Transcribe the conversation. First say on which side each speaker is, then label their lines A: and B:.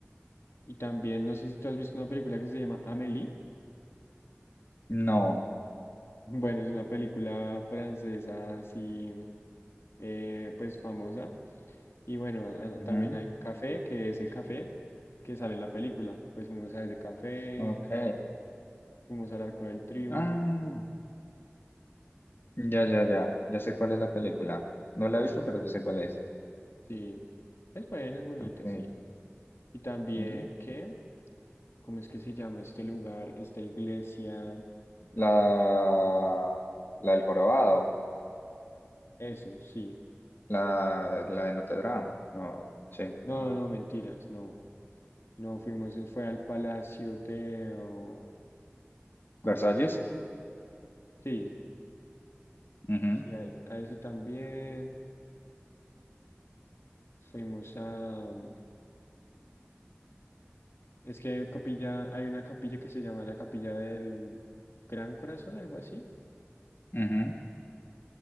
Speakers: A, on the left (about 70°); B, on the left (about 55°).
A: y también, no sé si tú has visto una película que se llama Amélie. <laughs>
B: No.
A: Bueno, es una película francesa así, eh, pues famosa. Y bueno, a- a- también
B: Ujú,
A: hay un café, que es el café que sale en la película. Pues fuimos a ese café,
B: Ok.
A: fuimos al Arco del Triunfo.
B: Ah, ya, ya, ya, ya sé cuál es la película. No la he visto, pero sí sé cuál es.
A: Sí, es bueno, es bonito,
B: Ok.
A: sí. Y también,
B: Mm.
A: ¿qué? ¿Cómo es que se llama este lugar, esta iglesia?
B: La, la del jorobado,
A: Eso, sí.
B: la, la de Notre Dame. No, sí,
A: No,
B: no.
A: no, no, mentiras, no. No fuimos, eh, fue al Palacio de... oh, ¿cómo
B: Versalles.
A: es? Sí,
B: Ujú,
A: sí, a, a ese también. Fuimos a... mm, Es que hay capilla, hay una capilla que se llama la Capilla del Gran Corazón, algo así.
B: ujú.